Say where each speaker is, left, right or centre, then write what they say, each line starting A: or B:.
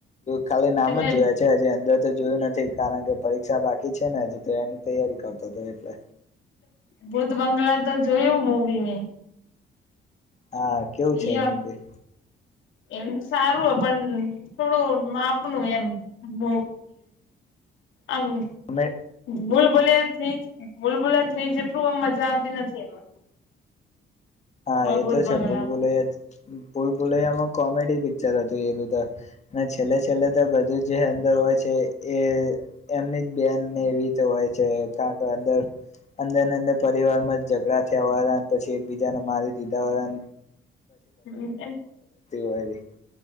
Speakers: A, on the left (about 35°); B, on the left (about 75°).
A: ખાલી નામ
B: તમે
A: જ જોયા છે અંદર જોયું નથી કારણ કે પરીક્ષા બાકી છે ને એની તૈયારી કરતો હતો એટલે
B: ભૂત બંગલા તો જોયું મવીને
A: હા કેવું છે
B: યા
A: એ મૂવી
B: એમ સારું હો પણ થોડું માપનું એમ મોું હમ
A: તમે
B: બલ બુલબોલે થ્રી બૂલબુલે થ્રી જેટલું એમ મજા આવતી નથી એમાં
A: હા એ
B: ભૂત
A: તો છે
B: બંગલામાં
A: ભૂલ ભૂલ ભૂલ ભુલૈયામાં કોમેડી પિક્ચર હતું એનું તો અને છેલ્લે છેલ્લે તો બધું જે અંદર હોય છે એ એમની જ બેનને એવી હોય છે ક કે અંદર અંદર ને અંદર પરિવારમાં ઝઘડા થયા હો પછી એકબીજાને મારી દીધા હોય‌ એ
B: હ
A: હોય